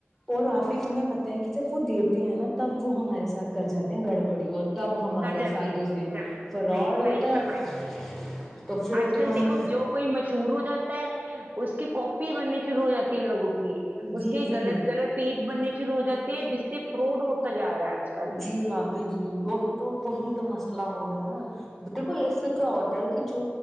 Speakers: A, in the centre; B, on the right (about 40°).
A: اور آپ ہی تمہیں پتہ ہے کہ جب وہ دیتے ہیں نا تب وہ ہمارے ساتھ کر جاتے ہیں گڑبڑی اور تب ہمارے
B: کر جاتی
A: ساتھ
B: ہے
A: جو پھر
B: کر جاتی
A: فراڈ
B: ہے، صحیح
A: ہوتا
B: صحیح
A: ہے
B: فرمایا آپ نے
A: تو پھر
B: اج
A: تو
B: کل
A: ہم
B: دیکو جو کوئی مشہور ہو جاتا ہے اس کی کاپی بننی شروع ہو جاتی ہے لوگوں کو اس
A: جی
B: کے
A: جی
B: غلط غلط پیج بننے شروع ہو جاتے جستے پروڈ ہوتا ج رہا ہے آج کل میں
A: جی آتی جی وہی تو وہی تو مست م ہو گیا دیکھو اس سے کیا ہوتا ہے کہ جو